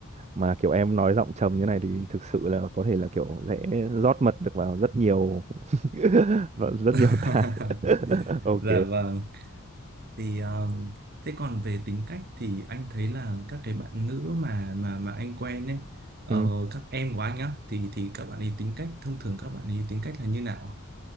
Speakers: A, on the right; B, on the right.
A: mà kiểu em nói giọng trầm như này thì thực sự là có thể là kiểu dễ rót mật được vào rất nhiều <laughs> và rất
B: <laughs>
A: nhiều tai <laughs> ok
B: Dạ vâng. Thì um, thế còn về tính cách thì anh thấy là các cái bạn nữ mà mà mà anh quen ấy, ờ,
A: ừ.
B: các em của anh á thì thì các bạn ấy tính cách thông thường các bạn ấy tính cách là như nào?